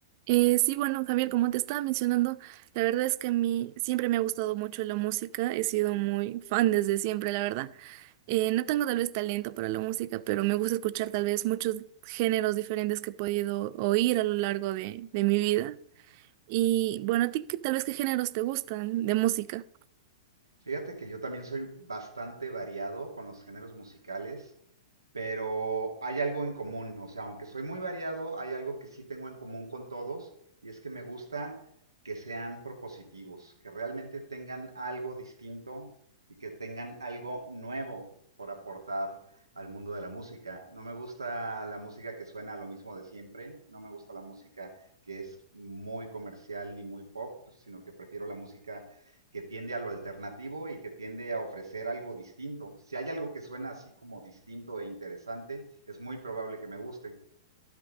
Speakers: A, on the right; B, on the right.
A: Eh, sí, bueno, Javier, como te estaba mencionando, la verdad es que a mí siempre me ha gustado mucho la música, he sido muy fan desde siempre, la verdad. Eh, no tengo tal vez talento para la música, pero me gusta escuchar tal vez muchos géneros diferentes que he podido oír a lo largo de, de mi vida. Y bueno, ¿a ti qué, tal vez qué géneros te gustan de música?
B: Fíjate que yo también soy bastante variado con los géneros musicales, pero hay algo en común. O sea, aunque soy muy variado, hay algo que sí tengo en común con todos, y es que me gusta que sean propositivos, que realmente tengan algo distinto y que tengan algo nuevo por aportar al mundo de la música. No me gusta la música que suena a lo mismo de siempre, no me gusta la música que es muy comercial ni muy pop, sino que prefiero la música que tiende a lo alternativo y que tiende a ofrecer algo distinto. Si hay algo que suena así como distinto e interesante, es muy probable que me guste.